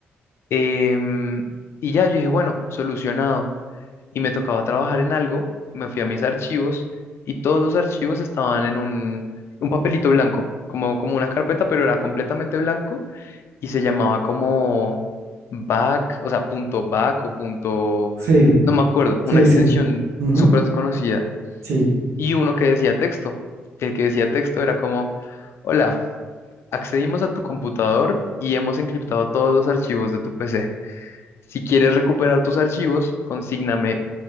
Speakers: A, on the left; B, on the right.
A: em, y ya yo dije, bueno, solucionado. Y me tocaba trabajar en algo, me fui a mis archivos y todos los archivos estaban en un, un papelito blanco, como, como una carpeta, pero era completamente blanco y se llamaba como back, o sea, punto back o punto,
B: Sí.
A: no me acuerdo, una
B: Sí,
A: extensión
B: sí. Ujú,
A: súper desconocida.
B: Sí.
A: Y uno que decía texto. El que decía texto era como, hola, accedimos a tu computador y hemos encriptado todos los archivos de tu PC. Si quieres recuperar tus archivos, consígname,